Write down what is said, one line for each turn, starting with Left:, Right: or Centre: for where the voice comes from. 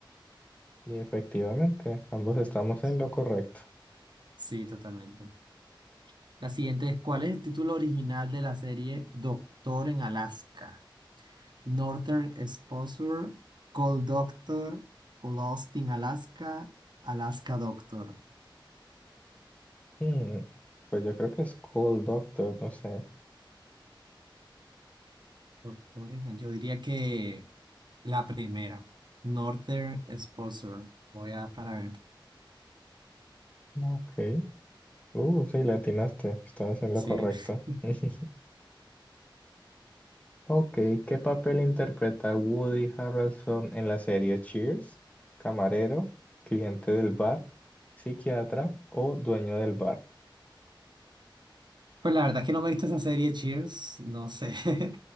Left: Y efectivamente, ambos estamos
Right: Sí,
Left: en lo correcto.
Right: Sí, totalmente. La siguiente es ¿cuál es el título original de la serie Doctor en Alaska? Northern Exposure, Cold Doctor, Lost in Alaska, Alaska Doctor.
Left: Hmm, Pues yo creo que es Cool Doctor, no sé.
Right: Doctores, yo diría que la primera, Northern Exposure. Voy a para ver.
Left: Ok. Uh, sí, le atinaste, estabas en
Right: Sí.
Left: lo correcto.
Right: <laughs>
Left: <laughs> Ok, ¿qué papel interpreta Woody Harrelson en la serie Cheers? ¿Camarero, cliente del bar, psiquiatra o dueño del bar?
Right: Pues la verdad es que no me he visto esa serie Cheers, no sé. <laughs>